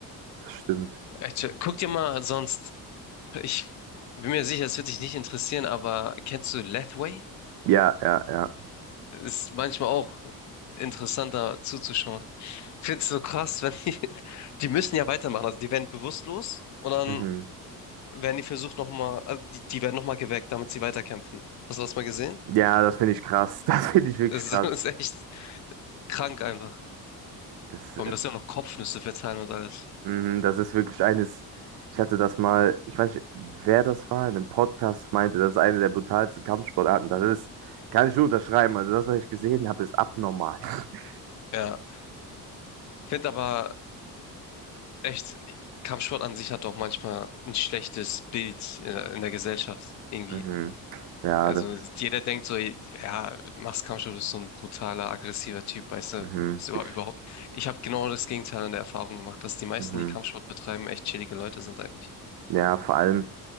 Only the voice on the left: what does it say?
Echt, guck dir mal sonst, ich bin mir sicher, es wird dich nicht interessieren, aber kennst du Lathway?
Ist manchmal auch interessanter zuzuschauen. Findest du so krass, wenn die, <laughs> die müssen ja weitermachen, also die werden bewusstlos und dann
werden die versucht nochmal, also die, die werden nochmal geweckt, damit sie weiterkämpfen. Hast du das mal gesehen?
Es
<laughs> ist, echt krank einfach.
Vor allem, dass sie auch noch Kopfnüsse verteilen und alles.
Ja. Ich finde aber echt, Kampfsport an sich hat auch manchmal ein schlechtes Bild in der, in der Gesellschaft irgendwie.
Also
jeder denkt so, ja, machst Kampfsport, bist so ein brutaler, aggressiver Typ, weißt du.
Ist überhaupt,
überhaupt. Ich habe genau das Gegenteil an der Erfahrung gemacht, dass die meisten,
die Kampfsport betreiben, echt chillige Leute sind eigentlich.